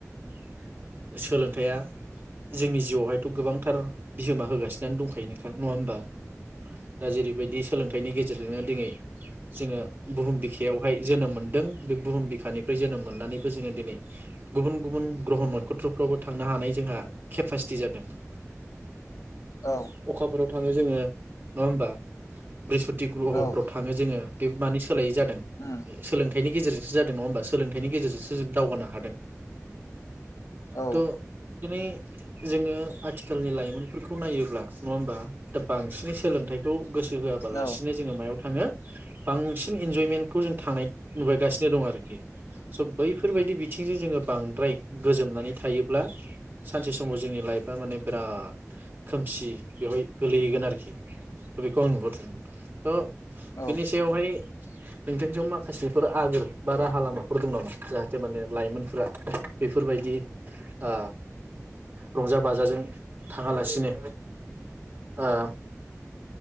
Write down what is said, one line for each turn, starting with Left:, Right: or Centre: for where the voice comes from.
Right: <inaudible> सोलोंथाइया जोंनि जिउआवहायथ' गोबांथार बिहोमा होगासिनो दंखायो नखा नङा होमबा? दा जेरैबायदि सोलोंथाइनि गेजेरजोंनो दिनै जोङो बुहुम बिखायावहाय जोनोम मोनदों बे बुहुम बि खा निफ्राय जोनोम मोननानैबो जोङो दिनै गुबुन गुबुन ग्रह नखथ्रफ्रावबो थांनो हानाय जोंहा खेपासिटि जादों
Left: औ
Right: <unintelligible> <inaudible> अखाफोर थाङो जोङो नङा होमबा? बृहस्पति ग्रह'फोराव
Left: औ
Right: थाङो जोङो बे मानि सोलायि जादों
Left: उम
Right: सोलों थाइनि गेजेरजोंसो जादों नङा होमबा सोलोंथाइनि गेजेरजोंसो जों दावगानो हादों।
Left: औ
Right: थ' दिनै जोङो आथिखालनि लाइमोनफोरखौ नायोब्ला नङा होमबा दा बांसिनै सोलोंथाइखौ गोसो होआबालासिनो
Left: औ
Right: जोङो मायाव थाङो बांसिन इन्जयमेन्टखौ जों थांनाय नुबायगासिनो दं आरो कि स' बैफोरबायदि बिथिंजों जोङो बांद्राय गोजोमनानै थायोब्ला सानसे समाव जोंनि लाइफआ माने बिराद खोमसि बेवहाय गोलैहैगोन आरोखि, थ' बेखौ आं नुहुरदोंमोन त'
Left: औ
Right: बिनि सायावहाय नोंथांजों माखासेफोर आगोर बा राहा लामाफोर दं नामा? जाहाथे माने लाइमोनफोरा बेफोरबायदि ओ रंजा बाजाजों थाङालासिनो ओ